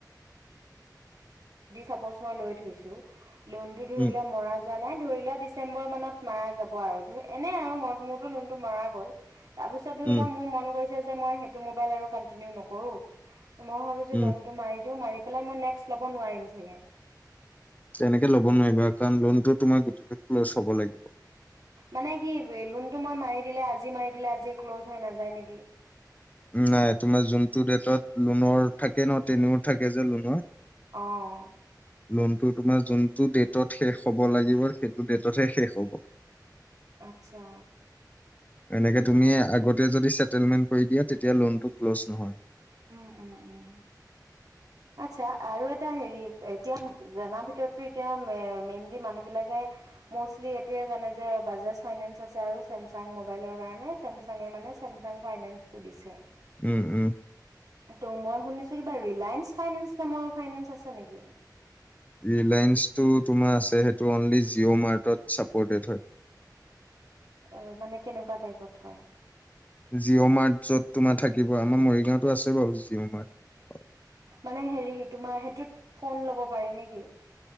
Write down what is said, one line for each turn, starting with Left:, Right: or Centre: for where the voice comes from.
Right: চাপ'জ <inaudible> লোনটো ধৰিলে
Left: উম
Right: মৰা যোৱা নাই ধৰি লোৱা ডিচেম্বৰ মানত মৰা যাব আৰু এনেই আৰু ম মূৰতো লোনতটো মৰা গ'ল তাৰ পিছত ধৰি
Left: উম
Right: লও মোৰ মন গৈছে মই সেইটো মাবাইল যে আৰু কন্টিনিউ নকৰো মই ভাবিছো
Left: উম
Right: লোনটো মাৰি দিও মাৰি পেলাই মই নেক্সট ল'ব নোৱাৰিম চাগে
Left: তেনেকে ল'ব নোৱাৰিবা কাৰণ লোনতটো তোমাৰ গোটেই ক্লজ হব লাগিব
Right: মানে কি লোনটো মই মাৰি দিলে আজি মাৰি দিলে আজি ক্ল'জ হৈ নাযায় নেকি
Left: নাই তোমাৰ যোনটো ডেটত লোনৰ থাকে ন তেনেও থাকে যে লোনৰ
Right: আহ
Left: লোনটো তোমাৰ যোনটো ডেটত শেষ হ'ব লাগিব সেইটো ডেটতহে শেষ হ'ব
Right: আচ্ছা
Left: এনেকে তুমি আগতে যদি চেটেলমেণ্ট কৰি দিয়া তেতিয়া লোনটো ক্ল'জ নহয়
Right: উম উম উম উম আচ্ছা আৰু এটা হেৰি এতিয়া জনাৰ ভিতৰতটো এতিয়া মেনুৰ মানুহ বিলাকে মৌচলী এইটোৱে জানে যে ব্ৰাজাছ ফাইনেঞ্চ আছে আৰু মোলৰ কাৰণে মানে চেমচংঙে মানে চেমচং ফাইনেঞ্চ টো জিছে
Left: উম উম
Right: ত' মই শুনিছো কিবা ৰিলায়েন্স ফাইনেন্স নাম ফাইনেন্স আছে নেকি
Left: ৰিলায়েন্সটো তোমাৰ আছে সেইটো অনলি জিঅ' মাৰ্টত ছাপ'ৰ্টেড হয়
Right: এ মানে কেনেকুৱা টাইপত হয়
Left: জিঅ' মাৰ্ট যত তোমাৰ থাকিব আমাৰ মৰিগাঁওতো আছে বাৰু জিঅ' মাৰ্ট
Right: মানে হেৰি তোমাৰ সেইটোত ফোন ল'ব পাৰি নেকি